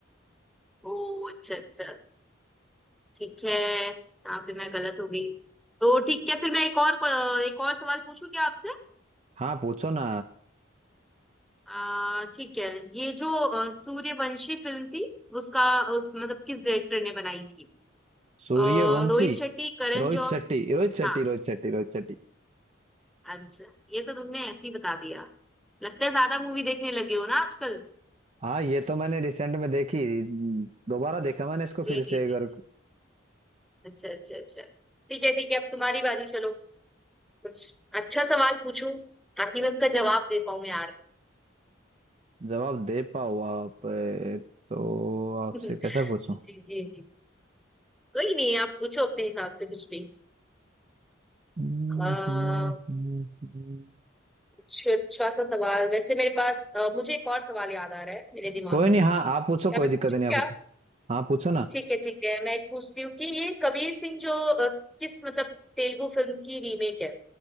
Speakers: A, in the centre; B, on the right (about 30°).
A: ओ अच्छा अच्छा ठीक है यहाँ पे मैं गलत हो गई तो ठीक है फिर मैं एक और एक और सवाल पूछूं क्या आपसे
B: हाँ पूछो ना
A: आ ठीक है ये जो अ, सूर्यवंशी फिल्म थी उसका उस मतलब किस डायरेक्टर ने बनाई थी
B: सूर्यवंशी
A: अ, रोहित शेट्टी करण
B: रोहित
A: जौहर
B: शेट्टी रोहित शेट्टी
A: हाँ
B: रोहित शेट्टी रोहित शेट्टी
A: अच्छा ये तो तुमने ऐसे ही बता दिया लगता है ज्यादा मूवी देखने लगे हो ना आजकल
B: हाँ ये तो मैंने रिसेंट में देखी दोबारा देखा मैंने इसको फिर
A: जी
B: से
A: जी
B: अगर
A: जी जी अच्छा अच्छा अच्छा ठीक है ठीक है अब तुम्हारी बारी चलो कुछ अच्छा सवाल पूछो ताकि मैं उसका जवाब दे पाऊं यार
B: जवाब दे पाओ आप ए, तो आपसे
A: <laughs>
B: कैसे पूछूं
A: जी जी जी कोई नहीं आप पूछो अपने हिसाब से कुछ भी
B: हम्म,
A: आ,
B: हम्म, हम्म, हम्म।
A: कुछ अच्छा सा सवाल वैसे मेरे पास अ, मुझे एक और सवाल याद आ रहा है मेरे दिमाग
B: कोई
A: में
B: नहीं हाँ आप पूछो
A: क्या
B: कोई
A: मैं
B: दिक्कत
A: पूछूं
B: नहीं
A: क्या
B: आप पूछो हाँ पूछो ना
A: ठीक है ठीक है मैं एक पूछती हूँ कि ये कबीर सिंह जो अ, किस मतलब तेलुगु फिल्म की रीमेक है